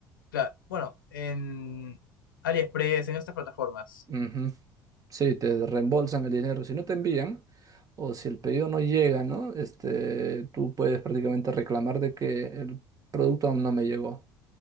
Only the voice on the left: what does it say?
claro, bueno, en AliExpress, en estas plataformas.